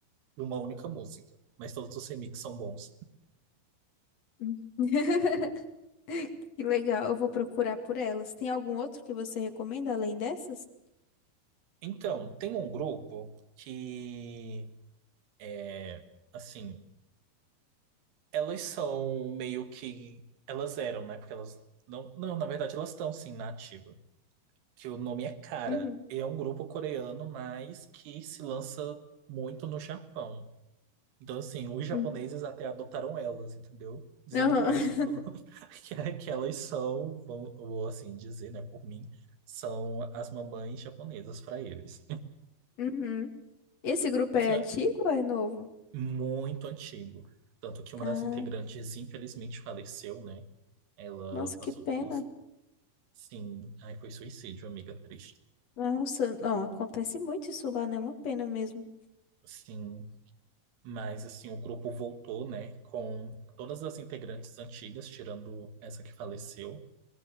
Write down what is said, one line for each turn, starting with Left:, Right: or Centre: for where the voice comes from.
Right: de uma única música. Mas todos os remixes são bons.
Left: Hum. <laughs> Que legal, eu vou procurar por elas. Tem algum outro que você recomenda além dessas?
Right: Então, tem um grupo que, é, assim, elas são meio que. Elas eram, né? Porque elas. Não, não, na verdade, elas estão, sim, na ativa. Que o nome é Cara.
Left: Uhum.
Right: e É um grupo coreano, mas que se lança muito no Japão. Então, assim, os japoneses
Left: Uhum.
Right: até adotaram elas, entendeu? Dizendo
Left: Aham.
Right: que elas são,
Left: <laughs>
Right: <laughs> que, que elas são, vamos- vou assim dizer, né, por mim, são as mamães japonesas para eles.
Left: Uhum. Esse grupo é
Right: Assim,
Left: antigo
Right: é
Left: ou é novo?
Right: muito antigo. Tanto que uma
Left: Ah,
Right: das integrantes, infelizmente, faleceu, né? Ela
Left: nossa, que
Right: passou
Left: pena.
Right: por uns. Sim, aí foi suicídio, amiga triste.
Left: Nossa, não, acontece muito isso lá, né? É Uma pena mesmo.
Right: Sim, mas assim, o grupo voltou, né, com todas as integrantes antigas, tirando essa que faleceu.